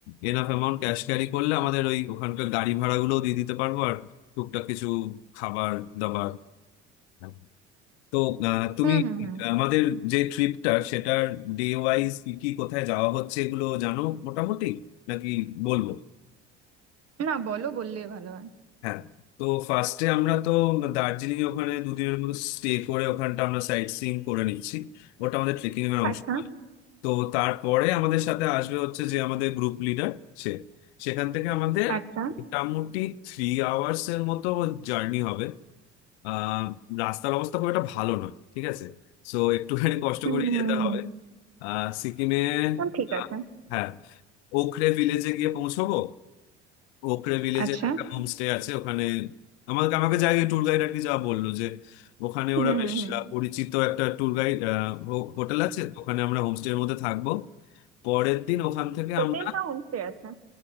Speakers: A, on the left; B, on the right.
A: এনাফ অ্যামাউন্ট ক্যাশ ক্যারি করলে আমাদের ওই ওখানকার গাড়ি ভাড়াগুলোও দিয়ে দিতে পারবো আর টুকটাক কিছু খাবার দাবার হ্যাঁ। তো আহ, তুমি
B: হুম হুম হুম
A: আমাদের যে ট্রিপটার সেটার ডে ওয়াইজ কি কি কোথায় যাওয়া হচ্ছে এগুলো জানো মোটামুটি নাকি বলবো
B: না বলো বললে ভালো হয়
A: হ্যাঁ তো ফার্স্টে আমরা তো দার্জিলিং এ ওখানে দুদিনের মতো স্টে করে ওখানটা আমরা সাইট সিইং করে নিচ্ছি ওটা আমাদের ট্রেকিং এর অংশ
B: আচ্ছা
A: না। তো তারপরে আমাদের সাথে আসবে হচ্ছে যে আমাদের গ্রুপ লিডার সে সেখান থেকে আমাদের
B: আচ্ছা
A: মোটামুটি থ্রি আওয়ার্স এর মতো জার্নি হবে আহ রাস্তার অবস্থা খুব একটা ভালো নয় ঠিক আছে সো একটুখানি কষ্ট
B: হুম
A: করে
B: হুম
A: যেতে
B: হুম
A: হবে আহ সিকিমে
B: ও, ঠিক
A: আহ,
B: আছে
A: হ্যাঁ ওখরে ভিলেজে গিয়ে পৌঁছবো ওখরে ভিলেজে
B: আচ্ছা
A: একটা হোমস্টে আছে ওখানে আমাকে আমাকে যাই ট্যুর গাইড আর কি যা বললো যে ওখানে
B: হুম
A: ওরা বেশ
B: হুম হুম
A: আহ, পরিচিত একটা ট্যুর গাইড হোটেল আছে তো ওখানে আমরা হোমস্টের মধ্যে থাকবো পরের দিন ওখান থেকে
B: হোটেল
A: আমরা
B: না হোমস্টে আছে